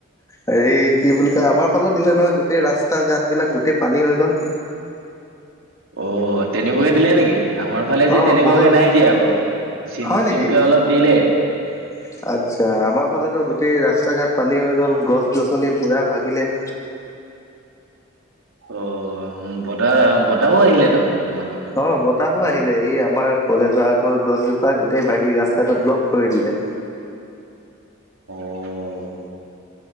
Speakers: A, on the left; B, on the right.
A: হেৰি কি বুলি কয়? আমাৰ ফালেও দিলে নহয়, গোটেই ৰাস্তা-ঘাট বিলাক গোটেই পানী হৈ গ'ল।
B: অ' তেনেকুৱাকে দিলে নেকি? আমাৰ ফালে
A: অ
B: যে তেনেকুৱাকে
A: বহুত
B: নাই দিয়া আক, চিম-চিমকে
A: হয় নেকি
B: অলপ দিলে।
A: <inaudible> আচ্ছা, আমাৰ ফালেতো গোটেই ৰাস্তা-ঘাট পানী হৈ গ'ল, গছ-গছনি পুৰা ভাগিলে।
B: অ' বতাহ-বতাহো আহিলে তাৰমানে তোমালোকৰ। ফালে
A: অ' বতাহো আহিলে, এই আমাৰ কলেজৰ আগৰ গছজোপা গোটেই ভাগী ৰাস্তাটো ব্লক কৰি দিলে।
B: অ',